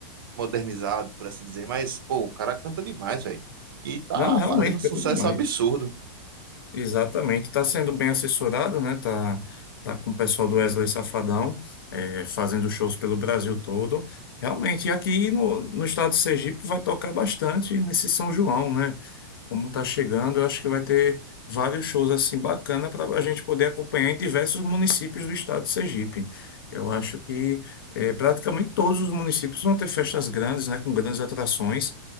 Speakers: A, on the right (about 75°); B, on the left (about 75°).
A: modernizado, por assim dizer. Mas, pô, o cara canta demais, velho. E tá
B: Não, realmente
A: fazendo um sucesso
B: canta demais.
A: absurdo.
B: Exatamente, está sendo bem assessorado, né? Tá, tá com o pessoal do Wesley Safadão, é, fazendo shows pelo Brasil todo. Realmente, e aqui no, no estado de Sergipe vai tocar bastante nesse São João, né? como está chegando, eu acho que vai ter vários shows assim bacana para a gente poder acompanhar em diversos municípios do estado de Sergipe. Eu acho que eh, praticamente todos os municípios vão ter festas grandes, né, com grandes atrações.